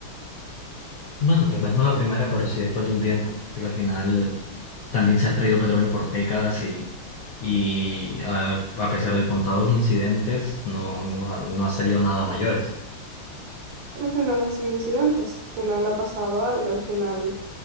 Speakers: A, on the left; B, on the right.
A: Bueno, tal vez no la primera, pero sí después de un tiempo, porque al final también se ha extraído petróleo por décadas y, y a, a pesar de contados incidentes, no, no ha, no ha salido nada mayores.
B: Pero al final han sido incidentes, al final ha pasado algo, al final